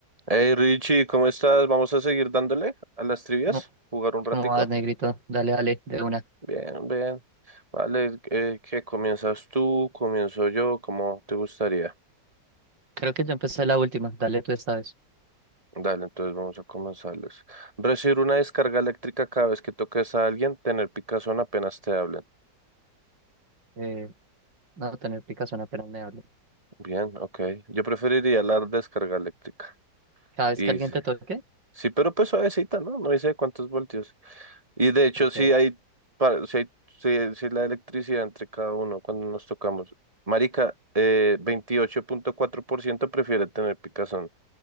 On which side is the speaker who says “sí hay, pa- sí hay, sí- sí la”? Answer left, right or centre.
Right